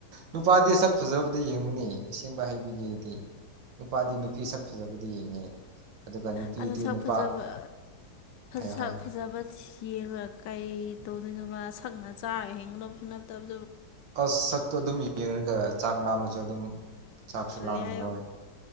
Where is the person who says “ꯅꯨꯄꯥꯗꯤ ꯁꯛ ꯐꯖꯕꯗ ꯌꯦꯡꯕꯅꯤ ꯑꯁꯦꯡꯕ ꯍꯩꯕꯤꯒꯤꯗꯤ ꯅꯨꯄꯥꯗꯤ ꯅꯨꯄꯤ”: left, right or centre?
Right